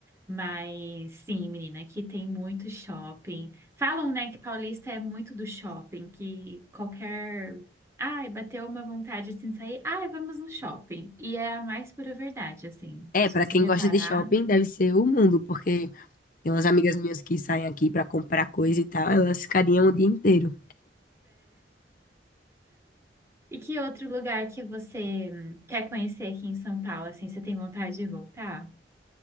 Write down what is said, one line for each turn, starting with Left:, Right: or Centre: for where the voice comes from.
Right: Mas sim, menina, aqui tem muito shopping. Falam, né, que paulista é muito do shopping, que qualquer. Ai, bateu uma vontade assim de sair. Ai, vamos no shopping. E é a mais pura verdade, assim.
Left: É,
Right: Se
Left: pra
Right: você
Left: quem
Right: reparar.
Left: gosta de shopping, deve ser o mundo, porque tem umas amigas minhas que saem aqui pra comprar coisa e tal, elas ficariam o dia inteiro.
Right: E que outro lugar que você hum, quer conhecer aqui em São Paulo, assim, você tem vontade de voltar?